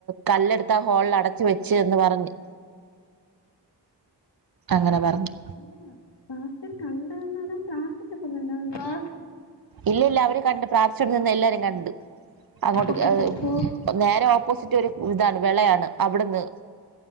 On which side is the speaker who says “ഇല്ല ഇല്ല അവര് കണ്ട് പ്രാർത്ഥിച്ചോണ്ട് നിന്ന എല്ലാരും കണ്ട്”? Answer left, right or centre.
Right